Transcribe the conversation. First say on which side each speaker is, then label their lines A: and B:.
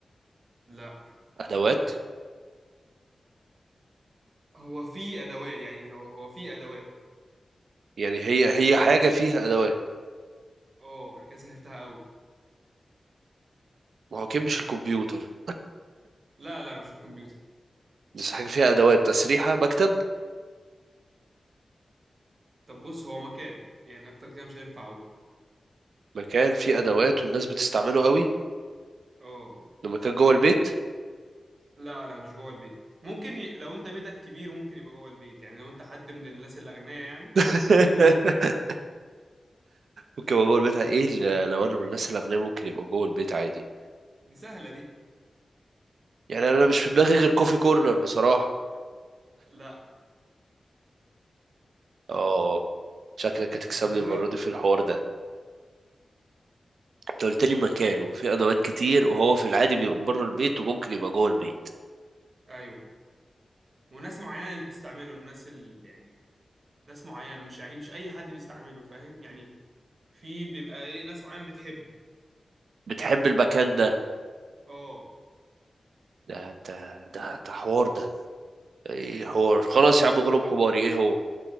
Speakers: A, on the right (about 60°); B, on the right (about 85°).
A: لا
B: أدوات
A: هو في أدوات يعني هو هو في أدوات
B: يعني هي هي حاجة
A: انا كده سهلتها
B: فيها أدوات
A: قوي اه أنا كده سهلتها أوي
B: ما هو أكيد مش الكمبيوتر
A: لا لا مش الكمبيوتر
B: بس حاجة فيها أدوات تسريحة مكتب
A: طب بص هو مكان يعني أكتر كده مش هينفع أقول
B: مكان فيه أدوات والناس بتستعمله قوي
A: اه
B: ده مكان جوه البيت
A: لا لا مش جوه البيت ممكن ي... لو أنت بيتك كبير ممكن يبقى جوه البيت يعني لو أنت حد من الناس الأغنياء يعني اه
B: <laughs>
A: ممكن يبقى جوه البيت عادي
B: ممكن ابقى جوه البيت ايه ال- لو انا من الناس الاغنياء ممكن يبقى جوه البيت عادي
A: دي سهلة دي
B: يعني انا مش في دماغي غير كوفي كورنر بصراحه
A: لا
B: اه شكلك هتكسبني
A: أسهلها
B: المره دي في الحوار ده انت قلت لي مكان
A: يعني
B: وفي ادوات كتير وهو في العادي بيبقى بره البيت وممكن يبقى جوه البيت
A: أيوه وناس معينة اللي بتستعمله الناس اللي يعني ناس معينة مش يعني مش أي حد بيستعمله فاهم يعني في بيبقى إيه ناس معينة بتحبه
B: بتحب المكان ده
A: اه
B: ده انت ده ده حوار ده ايه حوار خلاص يا عم غلوب حماري ايه هو